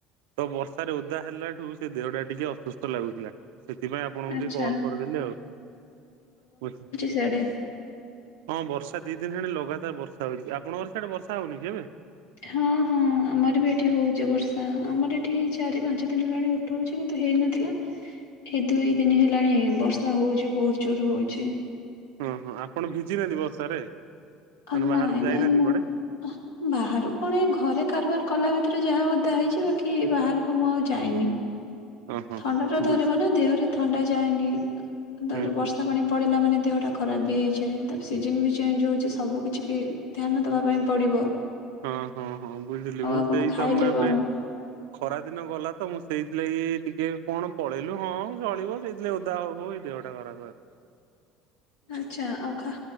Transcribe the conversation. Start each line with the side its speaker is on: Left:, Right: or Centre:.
Right: ତ ବର୍ଷାରେ ଓଦା ହେଲା ଠୁ ସେ ଦେହ ଟା ଟିକେ ଅସୁସ୍ଥ ଲାଗୁଥିଲା। ସେଥିପାଇଁ ଆପଣଙ୍କୁ
Left: ଆଚ୍ଛା
Right: ଟିକେ କଲ କରିଦେଲି ଆଉ ବ।
Left: ଜାଡେ
Right: ହଁ ବର୍ଷା ଦି ଦିନ ହେଲାଣି ଲଗାତାର ବର୍ଷା ହଉଛି ଆପଣଙ୍କର ସିଆଡେ ବର୍ଷା ହଉନି କି ଏବେ।
Left: ହଁ ହଁ ଆମର ବି ଏଠି ହଉଛି ବର୍ଷା ଆମର ଏଠି ଚାରି ପାଞ୍ଚ ଦିନ ହେଲାଣି ଉଠୋଉଛି କିନ୍ତୁ ହେଇନଥିଲା ଏଇ ଦୁଇ ଦିନ ହେଲାଣି ବର୍ଷା ହୋଉଛି ବହୁତ ଜୋର ହୋଉଛି।
Right: ହଁ ହଁ ଆପଣ ଭିଜିନାହାନ୍ତି ବର୍ଷାରେ।
Left: ଅ
Right: ମାନେ ବାହାରକୁ
Left: ନାଇ
Right: ଯାଇନାହାନ୍ତି
Left: ନାଇ ମୁଁ।
Right: କୁଆଡେ?
Left: ବାହାରୁ କଣ ଏ ଘରେ କାରବାର କଲା ଭିତରେ ଯାହା ଓଦା ହେଇଛି ବାକି ବାହାରକୁ ମୁଁ ଆଉ ଯାଇନି।
Right: <inaudible>
Left: ଥଣ୍ଡା ଟା ଧରିବ
Right: ବୁଝ
Left: ନା ଦେହରେ ଥଣ୍ଡା ଯାଏନି ତାପରେ
Right: ହୁଁ ହୁଁ
Left: ବର୍ଷା ପାଣି। ପଡ଼ିଲା ମାନେ ଦେହଟା ଖରାପ ବି ହୋଇଯାଏ ତାପରେ ସିଜନ୍ ବି ଚେଞ୍ଜ ହେଉଛି। ସବୁ କିଛି କି ଧ୍ୟାନ ଦବା ପାଇଁ ପଡିବ।
Right: ହଁ ହଁ ହଁ ବୁଝିଲି
Left: ଆଉ
Right: ମୁଁ
Left: ଆପଣ
Right: ସେଇ
Left: ଖାଇଲେ
Right: ତ ମୁଁ ଏବେ।
Left: କଣ
Right: ଖରା ଦିନ ଗଲା ତ ମୁଁ ସେଇଥିଲାଗି କି ଟିକେ କଣ ପଳେଇଲୁ ହଁ ଚଳିବ ସେଇ ଓଦା ହଉ ହଉ ଏ ଦେହଟା। ଟା ଖରାପ ହେଇଗଲା।
Left: ଆଛା ଆଉ ଖା